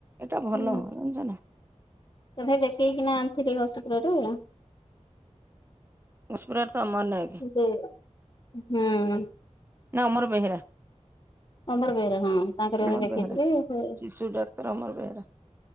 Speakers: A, on the right (about 20°); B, on the left (about 40°).
A: ଏଟା ଭଲ,
B: ହୁଁ
A: ଜାଣିଚ ନା?
B: ତଥାପି ଦେଖେଇକିନା ଆଣିଥିଲି ଘଷିପୁରରୁ।
A: ଘଷପୁରାରେ ତ ଅମର ନାୟକ
B: ଦେ ହୁଁ।
A: ନା ଅମର ବେହେରା।
B: ଅମର ବେହେରା ହଁ, ତାଙ୍କରି
A: ଅମର
B: କତିରେ ଦେଖେଇଥିଲି
A: ବେହେରା
B: ସେ
A: ଶିଶୁ ଡାକ୍ତର ଅମର ବେହେରା